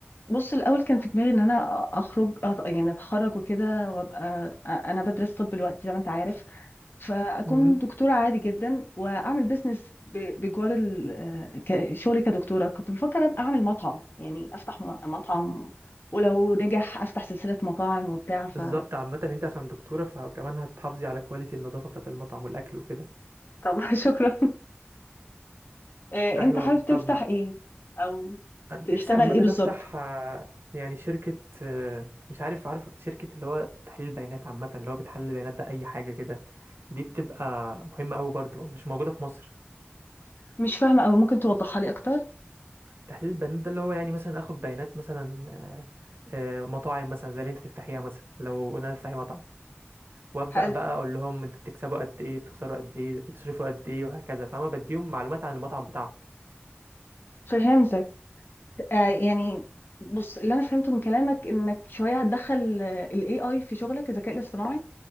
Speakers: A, on the left; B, on the right.
A: بص الاول كان في دماغي ان انا اخرج أت- يعني اتخرج وكده وابقى انا بدرس طب دلوقتي زي ما انت عارف فاكون
B: امم
A: دكتوره عادي جدا واعمل بيزنس ب- بجوار ال- آه، ك- شغلي كدكتوره كنت بفكر ابقى اعمل مطعم يعني افتح م- مطعم ولو نجح افتح سلسله مطاعم وبتاع ف
B: بالظبط عامه انت عشان دكتوره فكمان هتحافظي على كواليتي النظافه بتاعه المطعم والاكل وكده
A: طب <laughs> شكرا آه،
B: ايوه
A: انت حابب تفتح
B: طب
A: ايه او
B: نفسي
A: تشتغل
B: عامه
A: ايه بالظبط
B: افتح آه، يعني شركه آه، مش عارف عارف شركه اللي هو تحليل بيانات عامه اللي هو بتحلل البيانات باي حاجه كده دي بتبقى مهمه قوي برضو مش موجوده في مصر
A: مش فاهمه او ممكن توضحها لي اكتر
B: تحليل البيانات ده اللي هو يعني مثلا اخد بيانات مثلا آه، آه، مطاعم مثلا زي اللي انت تفتحيها مثلا لو قلنا تفتحي مطعم وابدا
A: حلو
B: بقى اقول لهم انتوا بتكسبوا قد ايه بتخسروا قد ايه بتصرفوا قد ايه وهكذا فاهمه بديهم معلومات عن المطعم بتاعهم
A: فهمتك آه، يعني بص اللي انا فهمته من كلامك انك شويه هتدخل الاي اي في شغلك الذكاء الاصطناعي